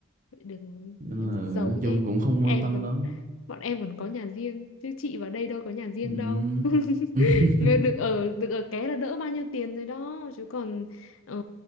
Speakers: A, on the left; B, on the right.
A: Vậy được rồi.
B: nên là
A: Giàu
B: nói chung
A: thế.
B: cũng không
A: Em
B: quan tâm
A: còn
B: lắm
A: bọn em còn có nhà riêng chứ chị vào đây đâu có nhà riêng
B: Ừm.
A: đâu <laughs>
B: <laughs>
A: Người được ở được ở ké là đỡ bao nhiêu tiền rồi đó chứ còn ờ,